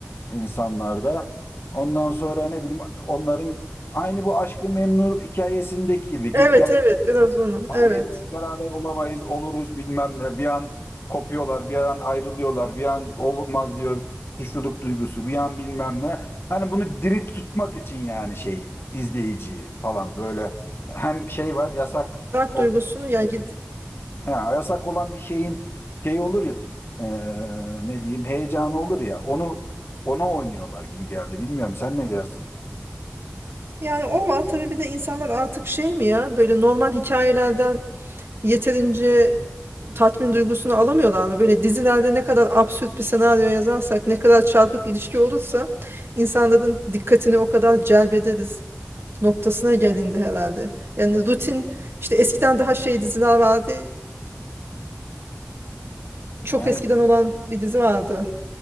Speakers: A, on the left; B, on the right.
A: insanlarda. Ondan sonra ne bileyim onların aynı bu Aşk-ı Memnu hikayesindeki gibi git
B: Evet
A: gel.
B: evet biraz onu.
A: Hayır
B: Evet.
A: biz beraber olamayız oluruz bilmem ne. Bir an kopuyorlar bir an ayrılıyorlar bir an olmaz diyor suçluluk duygusu bir an bilmem ne. Hani bunu diri tutmak için yani şeyi izleyiciyi falan böyle hem şey var yasak
B: Merak
A: olan
B: duygusunu yani gid-
A: Ha, yasak olan bir şeyin şey olur ya e, ne diyeyim heyecanı olur ya onu ona oynuyorlar gibi geldi. Bilmiyorum sen ne dersin?
B: Yani o var tabii bir de insanlar artık şey mi ya böyle normal hikayelerden yeterince tatmin duygusunu alamıyorlar mı? Böyle dizilerde ne kadar absürt bir senaryo yazarsak ne kadar çarpık ilişki olursa insanların dikkatini o kadar celbederiz noktasına gelindi herhalde. Yani rutin işte eskiden daha şey diziler vardı. Çok
A: Yani
B: eskiden olan bir dizi vardı.